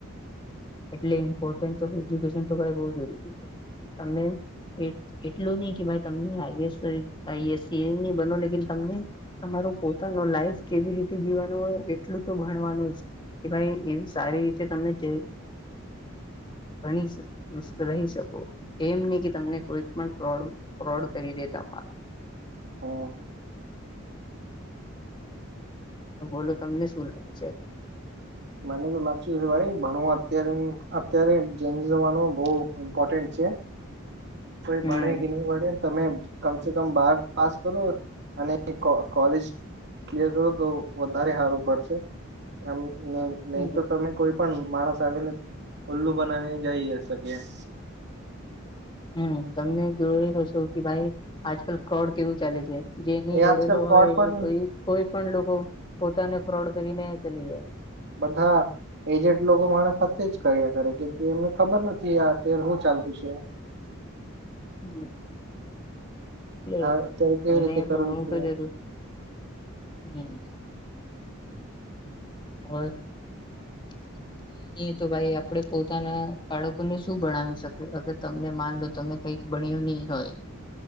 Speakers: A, on the left; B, on the right.
A: એટલે ઇમ્પોર્ટ ઓ એજ્યુકેશન તો ભાઈ જરૂરી છે તમને એટલું નહી કે ભાઈ તમને આએસ આઈએસ ન બનો લે તમને તમારો પોતાનું લાઈફ કેવી રીતે જીવાનું હોય એટલું તો ભણવાનું જ. કે ભાઈ એવી સારી રીતે તમને જે ગણી રહી શકો એમ નહી કે તમને કોઈ પણ ફોડ ફોડ કરીદે તમારો.
B: હમ.
A: બોલો તમને શું લાગે છે?
B: મને તો લાગત છે ભાઈ ભણું અત્યારે અત્યારે જેમ જનું બહું ઇમ્પોર્ટન્ટ છે.
A: <inaudible>
B: કોઈ
A: હમ
B: ભણે કે નહી ભણે તમે કમસે કમ બાર પાસ કરો અને કોલેજ ક્લિયર કરો તો વધારે સારું પડશે એમ નહી
A: હમ
B: તો તમે કોઈ પણ માણસ આવીને ઉલ્લું બનાવીને જઈ શકે એમવ
A: હમ તમને જોઈ હશો કે ભાઈ આજકાલ ફ્રોડ કેવું ચાલે છે. જે ની
B: એ
A: ભડેલો
B: આજકાલ ફ્રોડ
A: હોય એનીઈ
B: પણ
A: કોઈ પણ લોકો પોતાને ફ્રોડ કરીને ચલી જાય.
B: બધા એજટ લોકો માણ સાથે જ કર્યા કરે કેમ કે એમને ખબર નથી આ અર શું ચાલતું છે.
A: હમ. એટલે
B: હા અત્યારે કેવી
A: તમને
B: રીતે
A: ભણવું
B: કરવું છે
A: તો જરૂર હમ. <inaudible> તો ભાઈ આપડે પોતાના બાળકોને શું ભણાવી શકીએ અગર તમને માન લો તમે કંઈક ભણ્યો નહી હોય.